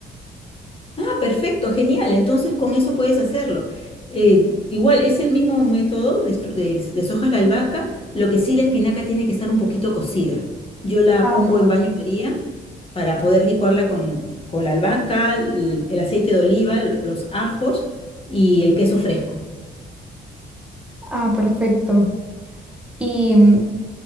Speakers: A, on the left (about 30°); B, in the centre.
A: Ah, perfecto, genial. Entonces con eso puedes hacerlo. Eh, igual es el mismo método, disfru- de- deshojas la albahaca, lo que sí la espinaca tiene que estar un poquito cocida. Yo la
B: Ah,
A: pongo
B: per-
A: en baño María para poder licuarla con, con la albahaca, el el aceite de oliva, l- los ajos y el queso fresco.
B: ah, perfecto. Y mm,